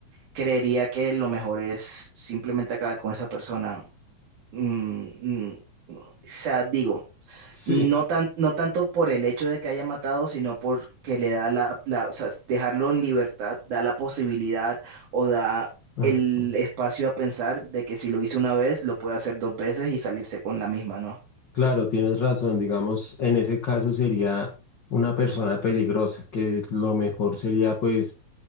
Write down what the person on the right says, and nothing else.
creería que lo mejor es simplemente acabar con esa persona. Mm, mm, o sea, digo.
No tan, no tanto por el hecho de que haya matado, sino porque le da la, la- o sea, dejarlo en libertad, da la posibilidad o da
el espacio a pensar de que si lo hizo una vez, lo puede hacer dos veces y salirse con la misma, ¿no?